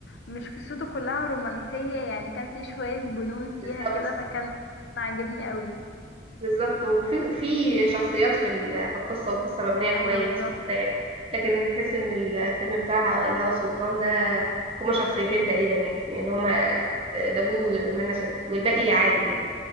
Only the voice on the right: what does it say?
بالظبط
بالظبط وفي في شخصيات في ال- في القصه والقصه مبنيه كويس
وكده يعني لكن تحس ان الفيلم بتاع الهوى سلطان ده هما شخصيتين تقريبا يعني يعني هما داوود ومنى شلبي والباقي عادي كده